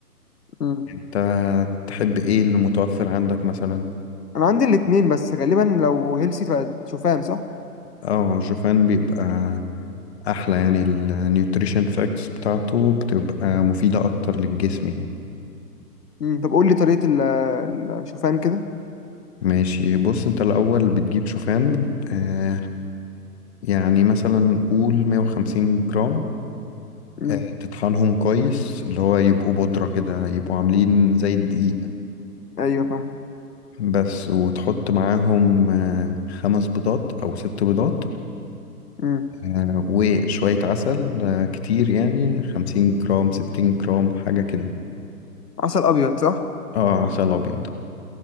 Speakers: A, on the left; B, on the left.
A: مم.
B: أنت تحب إيه اللي متوفر عندك مثلا؟
A: انا عندي الاتنين بس غالبا لو هيلسي تبقى شوفان صح
B: اه الشوفان بيبقى أحلى يعني النيوتريشن فاكتس بتاعته بتبقى مفيدة أكتر للجسم يعني
A: مم. طب قول لي طريقة ال- الشوفان كده
B: ماشي بص انت الأول بتجيب شوفان آه يعني مثلا قول 150 جرام
A: مم.
B: آه تطحنهم كويس اللي هو يبقوا بودرة كده يبقوا عاملين زي الدقيق
A: ايوه فاهم
B: بس وتحط معاهم آه خمس بيضات أو ست بيضات
A: مم.
B: آه وشوية عسل آه كتير يعني 50 جرام 60 جرام حاجة كده
A: عسل ابيض صح
B: اه عسل أبيض